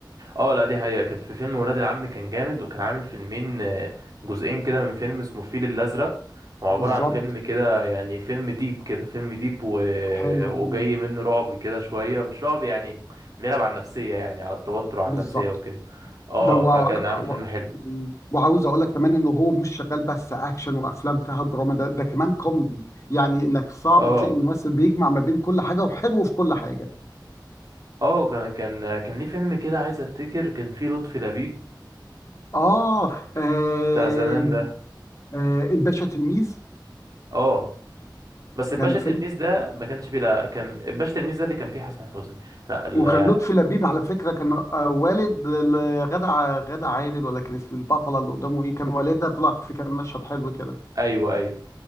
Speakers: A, on the right; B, on the left.
A: اه لا دي حقيقة كانت في فيلم ولاد العم كان جامد وكان عامل فيلمين آه، جزئين كده من فيلم اسمه الفيل الأزرق هو عبارة
B: بالظبط
A: عن فيلم كده يعني فيلم ديب كده فيلم ديب و...
B: حلو
A: وجاي
B: قوي
A: منه رعب كده شوية مش رعب يعني بيلعب على النفسية يعني على التوتر وعلى
B: بالظبط
A: النفسية وكده اه
B: ده وع...
A: فكان عامل
B: وع...
A: فيلم حلو
B: وعاوز اقول لك كمان انه هو مش شغال بس اكشن وافلام فيها دراما ده ده كمان كوميدي يعني انك صعب
A: اه
B: تلاقي ممثل بيجمع ما بين كل حاجه وحلو في كل حاجه
A: اه كان كان كان ليه فيلم كده عايز افتكر كان فيه لطفي لبيب
B: اه آه،
A: ك- بتاع زمان ده
B: آه، الباشا تلميذ
A: اه بس الباشا
B: كان فيلم
A: تلميذ ده ما كانش فيه لا كان الباشا تلميذ ده اللي كان فيه حسن حسني لا لا
B: وكان لطفي لبيب على فكره كان آه، والد ال- غادة ع- غادة عادل ولا كان اسم البطله اللي قدامه ايه كان والدها طلع في كان مشهد حلو كده
A: ايوه ايوه